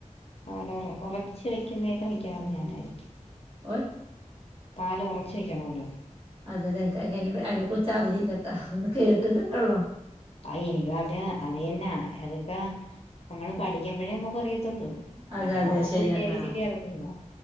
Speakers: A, on the left; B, on the right.
A: പാൽ ഉറ ഉറച്ച് വെക്കുന്നേൊക്കെ മിക്കവാറും ഞാനായിരിക്കും
B: ഓയ്
A: പാൽ ഉറച്ച് വെക്കോണോല്ലോ
B: അതെല്ല എനിക്ക് അതിനെ കുറിച്ച് അറിയില്ലട്ടാ അന്ന് കേട്ടിട്ടണ്ടള്ളോ
A: ആ എനിക്ക് അത് അത് തന്നെ അതൊക്കെ നമ്മള് പഠിക്കുമ്പോഴേ നമുക്ക് അറിയൂ <unintelligible>
B: അതെ
A: അല്ലാതെ
B: അതെ
A: നമ്മുക്കും
B: ശരിയാണ്
A: ഇതിന്റെ എ ബി
B: ആഹ്
A: സി ഡി അറിഞ്ഞൂടാ